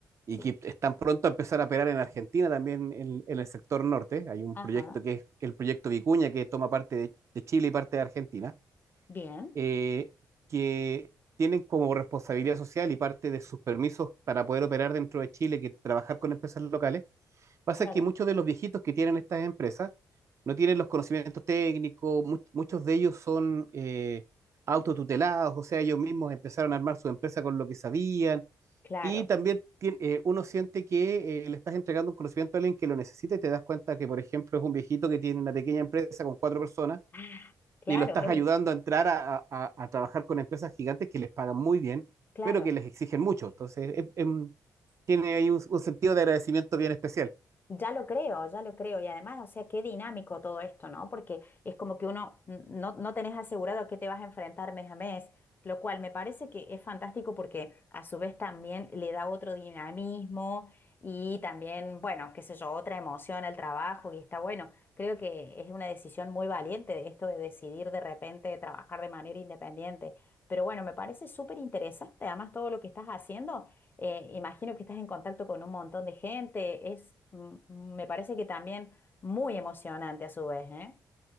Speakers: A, on the right; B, on the left.
A: y
B: Sí.
A: que están pronto a empezar a operar en Argentina también en, en el sector norte, hay un
B: Ajá.
A: proyecto que es el proyecto Vicuña que toma parte de, de Chile y parte de Argentina,
B: Bien.
A: eh, que tienen como responsabilidad social y parte de sus permisos para poder operar dentro de Chile, que trabajar con empresas locales, Pasa
B: Claro.
A: que muchos de los viejitos que tienen estas empresas no tienen los conocimientos técnicos, mu- muchos de ellos son eh, autotutelados, o sea, ellos mismos empezaron a armar su empresa con lo que sabían.
B: Claro.
A: Y también tien- eh, uno siente que eh, le estás entregando un conocimiento a alguien que lo necesita y te das cuenta que, por ejemplo, es un viejito que tiene una pequeña empresa con cuatro personas
B: Ah, claro,
A: y lo estás
B: eh,
A: ayudando a entrar a, a- a- a trabajar con empresas gigantes que les pagan muy bien,
B: claro.
A: pero que les exigen mucho. Entonces, es- es tiene ahí un un sentido de agradecimiento bien especial.
B: Ya lo creo, ya lo creo. Y además, o sea, qué dinámico todo esto, ¿no? Porque es como que uno n- no, no tenés asegurado a qué te vas a enfrentar mes a mes, lo cual me parece que es fantástico porque a su vez también le da otro dinamismo y también, bueno, qué sé yo, otra emoción al trabajo y está bueno. Creo que es una decisión muy valiente esto de decidir de repente trabajar de manera independiente. Pero bueno, me parece súper interesante además todo lo que estás haciendo. Eh, imagino que estás en contacto con un montón de gente. Es, mm, mm, me parece que también muy emocionante a su vez, ¿eh?